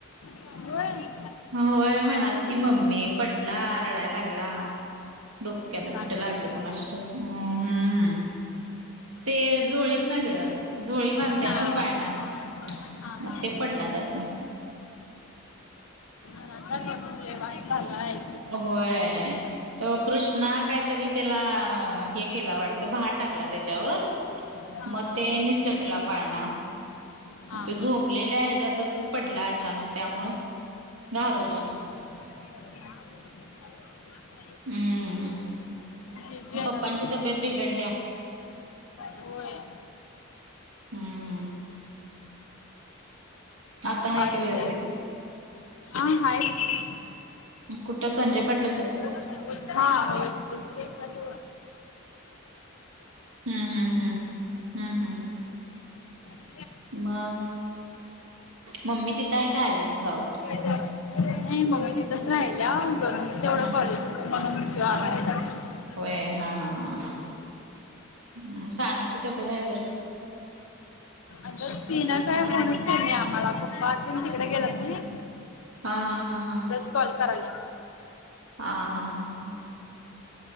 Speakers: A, on the left (about 85°); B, on the right (about 80°).
A: होय.
B: होय म्हणाल ती मम्मी पडला रडायला लागला. डोक्याला
A: लागले
B: कुठे लागल
A: काय
B: कोणास ठाऊक? हम्म. ते झोळीत ना ग झोळी बांधत्या
A: हा
B: ना वं पाळणा.
A: हा
B: मग
A: हा आणि
B: ते पडला त्यातनं.
A: <unintelligible> लय वानी चालला हाय
B: होय तो कृष्णा काय तरी त्याला हे केला वाटतं भार टाकला त्याच्यावर
A: हा
B: म
A: हा
B: ते निसटला पाळणा
A: हा
B: म ते झोपलेल्या
A: हा
B: ह्याज्यातच पडला अचानक त्यामुळ घाबरला
A: <unintelligible>
B: हम्म
A: जेजू येणार
B: पप्पांची
A: आहेत
B: तब्येत बिघडल्या
A: होय.
B: हम्म हम्म आता आहे
A: आज
B: का व्यवस्थित
A: हुते हा हायत
B: कुठं संजय पाटलाच्यात
A: <unintelligible> हा हो इथंच
B: हम्म हम्म हम्म हम्म
A: ये <unintelligible>
B: मग मम्मी तिथं हाय का आलीय गावाकड
A: <unintelligible> नाय मग इथंच राहिला गरमीच तेवढं
B: हा
A: कॉलेज होत म्हणून <unintelligible>
B: होय हा हा हा हूं सानुची तब्येत हाय बरी
A: अग तिनं काय फोनच केल नाय आम्हाला पप्पा तेन तिकड गेलत नय
B: हा हा हा हा
A: कॉल करायल्या
B: हा हा हा ह